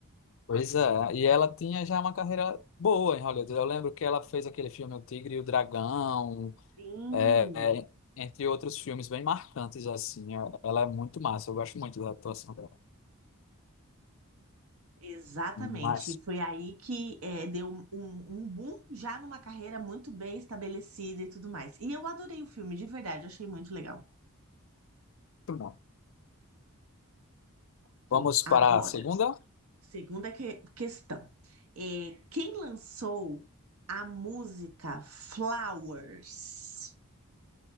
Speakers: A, on the left; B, on the right.
A: Pois é, e ela tinha já uma carreira boa em Hollywood. Eu lembro que ela fez aquele filme O Tigre e o Dragão,
B: Sim.
A: É, entre outros filmes bem marcantes, assim. é- Ela é muito massa, eu gosto muito da atuação dela.
B: Exatamente.
A: Mas,
B: Foi aí que é, deu um, um boom já numa carreira muito bem estabelecida e tudo mais. E eu adorei o filme, de verdade, achei muito legal.
A: muito bom.
B: Ok.
A: Vamos para
B: Agora,
A: a segunda?
B: segunda que- questão. É, quem lançou a música Flowers?